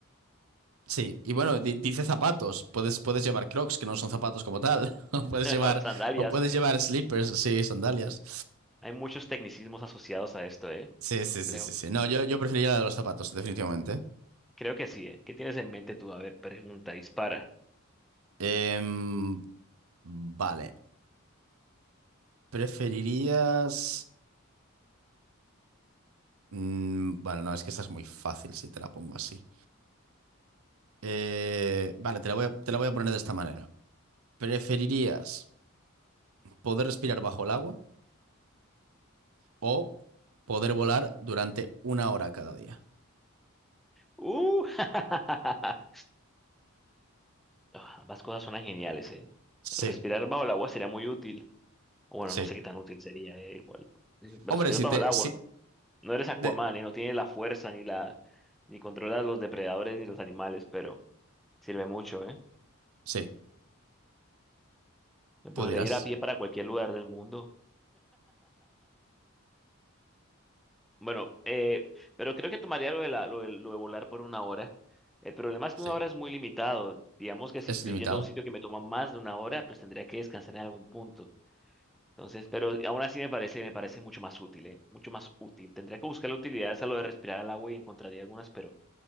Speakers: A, on the right; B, in the centre.
A: Sí. Y bueno, di- dice zapatos. Puedes, puedes llevar Crocs, que no son zapatos como tal. <laughs> O puedes
B: <laughs>
A: llevar,
B: sandalias.
A: o puedes llevar slippers, sí, sandalias.
B: Hay muchos tecnicismos asociados a esto, ¿eh?
A: Sí, sí,
B: Complejo.
A: sí, sí, sí. No, yo, yo preferiría la de los zapatos, definitivamente.
B: Creo que sí, ¿eh? ¿Qué tienes en mente tú? A ver, pregunta, dispara.
A: Em, vale. ¿Preferirías...? mm, bueno, no, es que esta es muy fácil si te la pongo así. Eh, vale, te la voy a, te la voy a poner de esta manera. ¿Preferirías poder respirar bajo el agua o poder volar durante una hora cada día?
B: ¡Uh! <laughs> Ah, ambas cosas suenan geniales, ¿eh?
A: Sí,
B: Respirar bajo el agua sería muy útil. Bueno,
A: sí.
B: no sé qué tan útil sería, ¿eh? Igual. eh, Respirar
A: Hombre, si
B: bajo
A: te...
B: el agua.
A: Si,
B: No eres Aquaman,
A: de-
B: ¿eh? No tienes la fuerza ni la... ni controlas los depredadores ni los animales, pero sirve mucho, ¿eh?
A: sí,
B: Me
A: tú
B: podré
A: dirás.
B: ir a pie para cualquier lugar del mundo. Bueno, eh, pero creo que tomaría lo de, la- lo de, lo de volar por una hora. El problema es
A: Sí,
B: que una hora es muy limitado. Digamos que si
A: es
B: estoy
A: limitado.
B: yendo a un sitio que me toma más de una hora, pues tendría que descansar en algún punto. Entonces, pero aún así me parece, me parece mucho más útil, ¿eh? Mucho más útil. Tendría que buscar utilidades a lo de respirar al agua y encontraría algunas, pero,